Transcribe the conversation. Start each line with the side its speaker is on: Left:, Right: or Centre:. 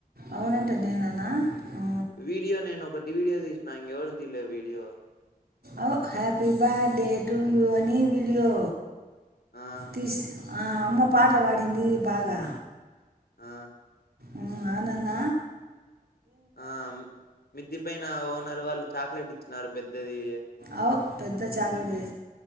Right: అవునంట నేనేనా ఊ
Left: వీడియో నేను ఒకటి వీడియో తీసిన ఇంగ ఎవరిది తీయలే వీడియో.
Right: ఓ happy birthday to you అనీ వీడియో
Left: ఆ
Right: తీస్ ఆ అమ్మ పాట పాడిందీ బాగా.
Left: ఆ
Right: ఊ అవునాన్న.
Left: ఆ మిద్ది పైనా ఓన్ నరు వాళ్ళు చాక్లెట్ ఇచ్చినారు పెద్దదీ.
Right: అవు పెద్ద చాక్లెట్ తె